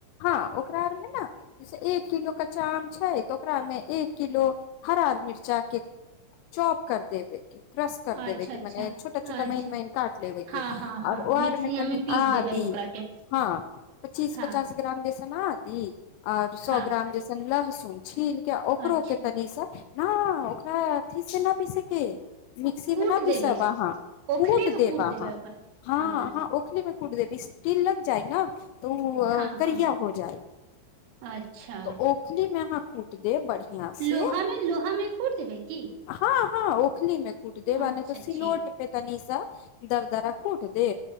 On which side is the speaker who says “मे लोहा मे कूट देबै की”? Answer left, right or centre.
Right